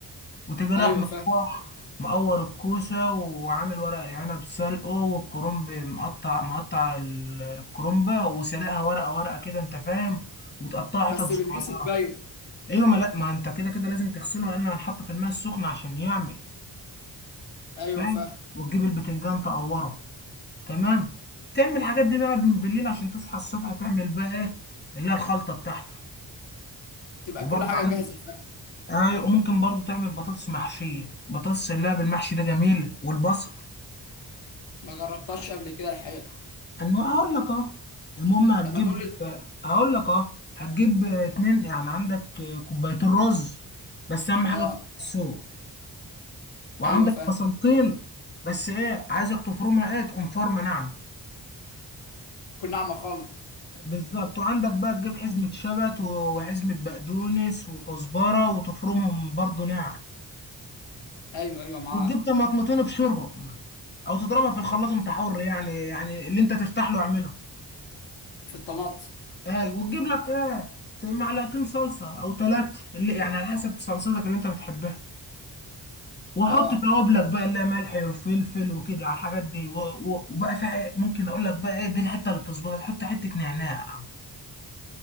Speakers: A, on the left; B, on the left.
A: وتيجي راح
B: ايوه
A: مروح
B: فاهم
A: مقور الكوسة وعامل ورق العنب سلقه والكرنب مقطع مقطع ال- الكرنبة وسلقها ورقة ورقة كده انت فاهم وتقطعها
B: بس
A: حتت صغيرة
B: بالغسل باين
A: ايوه ما لا ما انت كده كده لازم تغسله لانه هنحط في الماء السخن عشان يعمل
B: ايوه
A: فاهم
B: فاهم
A: وتجيب البتنجان تقوره تمام تعمل الحاجات دي بقى من بالليل عشان تصحى الصبح تعمل بقى ايه اللي هي الخلطة بتاعته
B: تبقى
A: وبرضه
B: كل حاجه
A: عندك
B: جاهزه فاهم
A: ايوه وممكن برضه تعمل بطاطس محشية بطاطس اللي هي بالمحشي ده جميل والبصل
B: ما جربتهاش قبل كده الحقيقه
A: الم... هقول لك اه المهم هتجيب
B: طب ما تقول لي
A: هقول لك اه هتجيب اتنين يعني عندك كوبايتين رز بس اهم حاجه
B: اه
A: كوباية السوق وعندك
B: ايوه فاهم
A: بصلتين بس ايه عايزك تفرمها ايه تكون فرمه ناعمه
B: تكون ناعمه خالص
A: بالظبط وعندك بقى تجيب حزمه شبت وحزمه بقدونس وكزبره وتفرمهم برضو ناعم
B: ايوه ايوه معاه
A: وتجيب طماطمتين ابشرهم او تضربها في الخلاط انت حر يعني يعني اللي انت ترتاح له اعمله
B: في الطماط
A: آه وتجيب لك ايه ت- معلقتين صلصه او ثلاثه اللي يعني على حسب صلصتك اللي انت بتحبها وحط
B: اه
A: توابلك بقى اللي هي ملح وفلفل وكده على الحاجات دي و... و... وبقى في حاجة- ممكن اقول لك بقى ايه دي الحته اللي تظبطها تحط حته نعناع